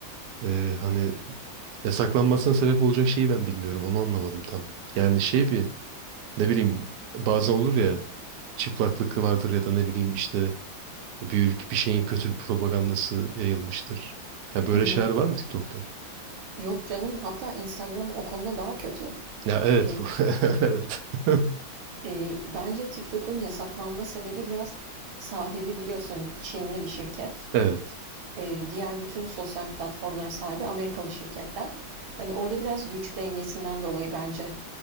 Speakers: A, on the right; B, on the right.
A: e, hani yasaklanmasına sebep olacak şeyi ben bilmiyorum. Onu anlamadım tam. Yani şey bir ne bileyim bazen olur ya çıplaklık vardır ya da ne bileyim işte Bir bir şeyin kötü bir propagandası yayılmıştır. Ya böyle
B: Hı hı.
A: şeyler var mı TikTok'ta?
B: Yok canım, hatta Instagram o konuda daha kötü.
A: Ya evet
B: Eee,
A: bu. <laughs> Evet. <laughs>
B: eee, bence TikTok'un yasaklanma sebebi biraz sahibi biliyorsun Çinli bir şirket.
A: Evet.
B: Eee, diğer bütün sosyal platformlara sahibi Amerikalı şirketler. Hani orada biraz güç dengesinden dolayı bence